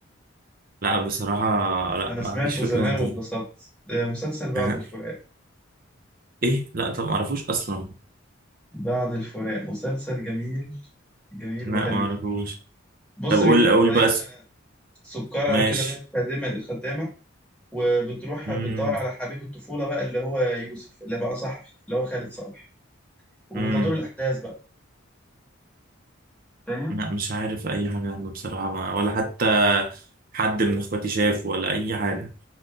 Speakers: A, on the right; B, in the centre.
A: لا بصراحة لا
B: انا
A: ما
B: سمعته
A: عنديش فكرة
B: زمان
A: أنت
B: واتبسطت ده مسلسل بعد
A: يعني
B: الفراق
A: إيه؟ لا طب ما أعرفوش أصلا
B: بعد الفراق مسلسل جميل جميل
A: لا
B: وحلو
A: ما أعرفوش
B: جدا بص
A: طب قول
B: بيدور
A: قول
B: حوالين
A: بقى اسم.
B: سكرة
A: ماشي
B: كده اللي هي الخادمة الخدامة وبتروح
A: امم
B: بتدور على حبيب الطفولة بقى اللي هو يوسف اللي بقى صحفي اللي هو خالد صالح وبتدور
A: امم
B: الأحداث بقى فاهم؟
A: لا مش عارف أي حاجة عنه بصراحة ما ولا حتى حد من إخواتي شاف ولا أي حاجة